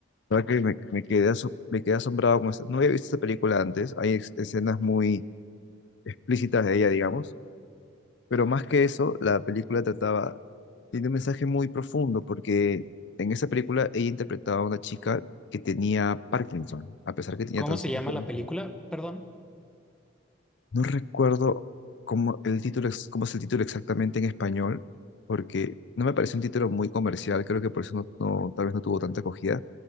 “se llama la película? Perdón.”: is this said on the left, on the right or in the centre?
Centre